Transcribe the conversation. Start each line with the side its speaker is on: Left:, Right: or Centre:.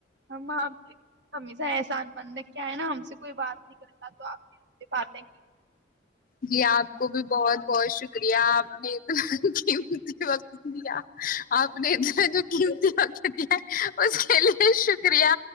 Right: ہم آپ ہمیشہ ایسے کسان مند کیا ہے نا ہم سے کوئی بات نہیں کرتا تو آپ نے سے باتیں کی
Left: جی آپ کو بھی بہت بہت شکریہ آپ نے قیمتی وقت دیا آپ نے جو قیمتی وقت دیا اس کے لیے شکریہ